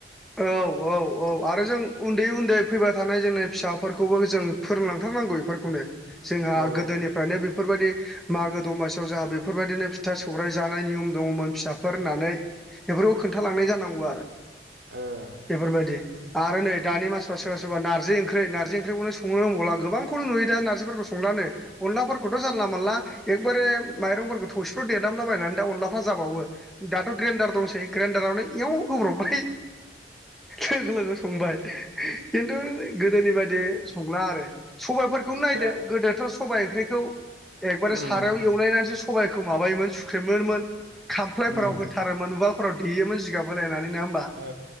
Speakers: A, in the centre; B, on the right.
A: औ औ औ आरो जों उन्दै उन्दै फैबाय थानाय जोंनि फिसाफोरखौबो जों फोरोंलांथारनांगौ इफोरखौनो। जोंहा
B: औ ओ
A: गोदोनिफ्रायनो बि फोरबायदि मागो दमासियाव जोहा बेफोरबायदिनो फिथा सौराइ जानाय नियम दङमोन फिसाफोर होननानै। बेफोरखौ खोन्थालांनाय जानांगौ आरो
B: ओ
A: <inaudible> बेफोरबायदि आरो नै दानि मानसिफ्रा सोरबा सोरबा नारजि ओंख्रै नारजि ओंख्रैखौनो संनो रोंबावला गोबांखौनो नुयो दा नारजिफोरखौ संलानो अनलाफोरखौथ' जानला मानला एकबारे माइरंफोरखौ थौसिफ्राव देदामलाबायनानै दा अनला जाबावो दाथ' ग्रेन्डार दंसै ग्रेन्डारावनो एव होब्रबबाय लोगो लोगो संबाय । खिन्थु गोदोनि बायदि संला आरो सबायफोरखौनो नायदो
B: दा
A: गोदोथ' सबाइ ओंख्रिखौ एकबारे
B: उम
A: सारायाव एवलायनानैसो सबाइखौ माबायोमोन सुख्रेमोमोन । खामफ्लायफोराव
B: उम
A: होथारोमोन उवालफोराव देयोमोन जिगाब होलायनानै नोंङा होमबा ।
B: ओ